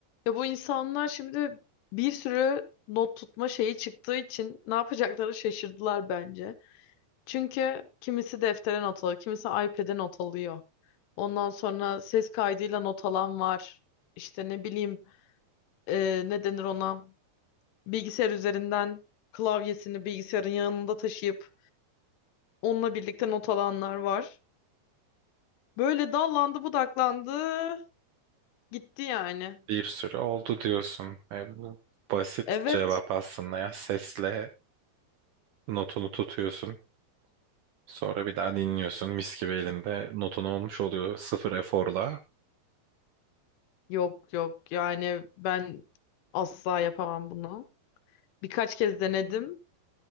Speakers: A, on the left; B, on the right.
A: Ya bu insanlar şimdi bir sürü not tutma şeyi çıktığı için ne yapacakları şaşırdılar bence. Çünkü kimisi deftere not alıyor, kimisi iPad'e not alıyor. Ondan sonra ses kaydıyla not alan var. İşte ne bileyim e, ne denir ona? Bilgisayar üzerinden klavyesini bilgisayarın yanında taşıyıp onunla birlikte not alanlar var. Böyle dallandı budaklandı gitti yani.
B: Bir sürü oldu diyorsun. E, bu basit
A: Evet.
B: cevap aslında ya. Sesle notunu tutuyorsun. Sonra bir daha dinliyorsun. Mis gibi elinde notun olmuş oluyor. Sıfır eforla.
A: Yok yok yani ben asla yapamam bunu. Birkaç kez denedim.